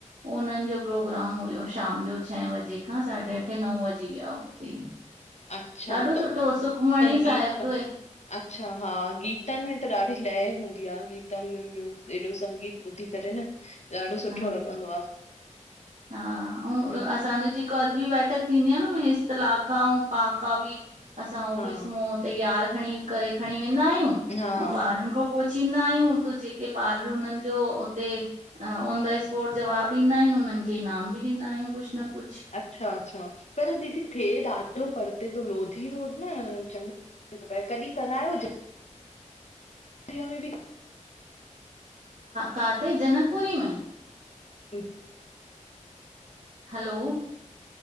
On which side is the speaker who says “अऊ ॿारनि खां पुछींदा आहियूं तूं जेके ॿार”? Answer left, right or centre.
Right